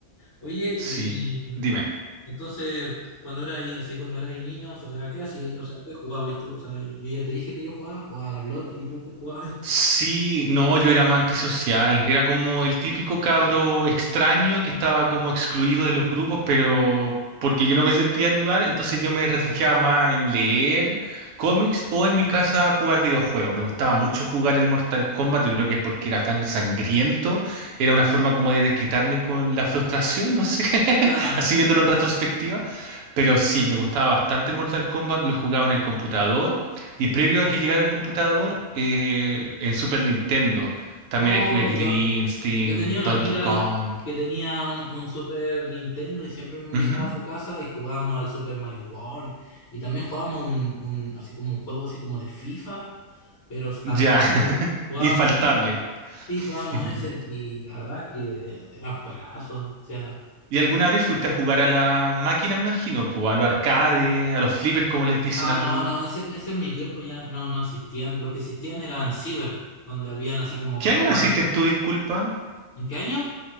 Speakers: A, on the left; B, on the right.
A: Oye,
B: sí.
A: y mm,
B: Dime.
A: entonces, cuando era ahí, así, cuando era ahí niños, o sea, ¿qué hacías? O sea, ¿qué jugabas tú? O sea, yo ya te dije que yo jugaba, jugaba a la pelota, ¿y tú qué jugabas?
B: Sí, no, yo era más antisocial. Era como el típico cabro extraño que estaba como excluido de los grupos, pero porque yo no me sentía al lugar, entonces yo me refugiaba más en leer cómics o en mi casa jugar videojuegos. Me gustaba mucho jugar el Mortal Kombat, yo creo que es porque era tan sangriento. Era una forma como de desquitarme con la frustración, no sé, <laughs>
A: <laughs> Ah,
B: así viéndolo en retrospectiva. Pero sí, me gustaba bastante el Mortal Kombat, lo jugaba en el computador. Y previo a
A: ah.
B: que llegara el computador, eh, en Super Nintendo también
A: oh,
B: hay jugué Killer
A: yo,
B: Instinct,
A: Yo tenía una
B: Donkey
A: amiga
B: Kong.
A: que tenía una- un Super Nintendo y siempre me invitaba
B: Ujú.
A: a su casa y jugábamos al Super Mario World y también jugábamos un, un- así como un juego así como de FIFA, pero antiguo,
B: Ya, <laughs>
A: jugábamos
B: infaltable.
A: ese. Sí, jugábamos
B: <laughs>
A: ese y la verdad que eran juegazos, o sea,
B: ¿Y alguna vez fuiste a jugar a la máquina, me imagino? Pues, a los arcades, a los flippers, como les dicen
A: ah
B: algunos.
A: no, no, ese, ese en mi tiempo ya no no existían, lo que existían eran Ciber, donde habían así como
B: ¿Qué
A: para
B: año
A: jugar.
B: naciste tú, disculpa?
A: ¿En qué año?